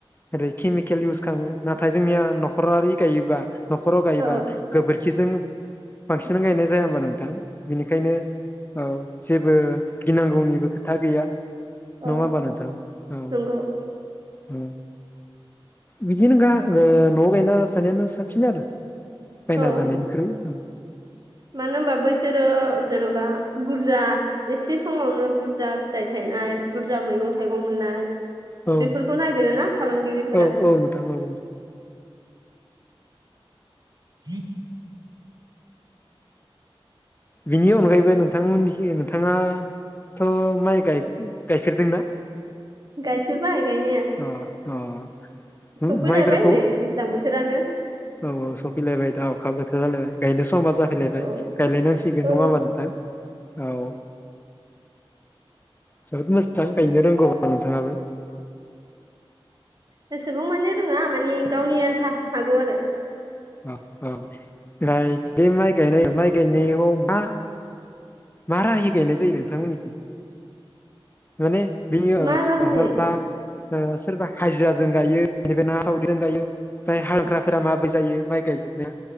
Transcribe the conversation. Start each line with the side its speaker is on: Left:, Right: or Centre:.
Left: ओरै केमिकेल इउस खालामो नाथाय जोंनिया न'खरारि गायोबा न'खराव गायोबा
Right: औ औ
Left: गोबोरखिजों बांसिन गायनाय जाया होनबा नोंथां बेनिखायनो औ जे बो गिनांगौनिबो खोथा गैया नङा
Right: औ
Left: होनबा नोंथां औ
Right: नंगौ
Left: ओ बिदि गा ओ न' गायना जानायानो साब सिन आरो बायना
Right: औ
Left: जानायनिख्रुइ
Right: मानो होनबा बैसोरो जेन'बा बुरजा एसे समावनो बुरजा फिथाइ थायनाय बुरजा मैगं थाइगं मोननाय
Left: औ
Right: बेफोरखौ नागिरोना फालांगिरिफोरा
Left: औ औ नोंथां औ
Right: <inaudible>
Left: बिनि अनगायैबो नोंथांमोननिखै नोंथाङा थ माइ गाय गायफेरदोंना?
Right: गायफेरबाय गायनाया
Left: अ अ माइफोरखौ
Right: सफैलायबाय नै दैज्लां बोथोरानो
Left: औ औ सफैलायबाय दा अखाबोथ जालायबाय गायनो समा जाफैलायबाय
Right: औ
Left: गायलायनांसि नङा
Right: औ
Left: होनबा नोंथां औ जोबोद मोजां गायनो रोंगौबा नोंथाङाबो
Right: बेसेबां माने रोङा माने गावनि आन था हागौ आरो
Left: अ अ ओफ्राय बे माइ गायनाय माइ गायनायाव मा? मा राहायै गायनाय जायो नोंथांमोननिथिं? माने बियो <unintelligible>
Right: मा राहायै
Left: ओ सोरबा हाजिराजों गायो बेनिफ्राय ना सावरिजों गायो ओमफ्राय हाग्राफोरा माबोरै जायो माइ गायजोबनाया